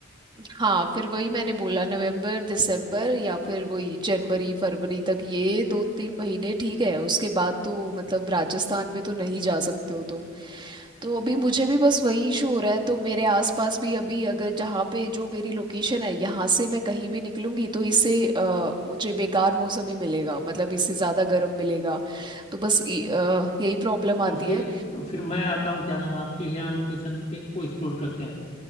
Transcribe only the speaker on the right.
हाँ फिर वही मैंने बोला नवंबर दिसंबर या फिर वही जनवरी फरवरी तक ये दो तीन महीने ठीक है उसके बाद तो मतलब राजस्थान में तो नहीं जा सकते हो तुम तो अभी मुझे भी बस वही इशू हो रहा है तो मेरे आसपास भी अभी अगर जहाँ पे जो मेरी लोकेशन है यहाँ से मैं कहीं भी निकलूंगी तो इससे अ, मुझे बेकार मौसम ही मिलेगा मतलब इससे ज़्यादा गर्म मिलेगा तो बस इ- अ, यही प्रॉब्लम आती
है